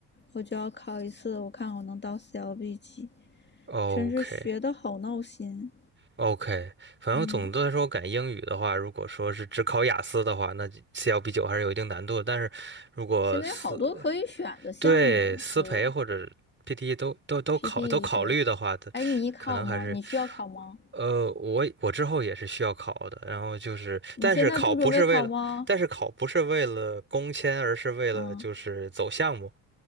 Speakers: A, on the left; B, on the right.
A: 我就要考一次，我看我能到 CLB 几，
B: 哦，OK
A: 真是学的好闹心。
B: 哦 OK，反正总的来说，
A: 嗯，
B: 我感觉英语的话，如果说是只考雅思的话，那 CLB 九还是有一定难度的。但是如果是
A: 现在有好多可以选的项目，
B: 对，私培或者
A: 对，
B: PTE 都都都考都考虑的话，
A: ，PT 对。
B: 它可能还是，
A: 哎，你考吗？你需要考吗？
B: 呃，我我之后也是需要考的。然后就是，
A: 你现在不准备考吗？
B: 但是考不是为了，但是考不是为了工签，而是为了就是走项目。
A: 嗯，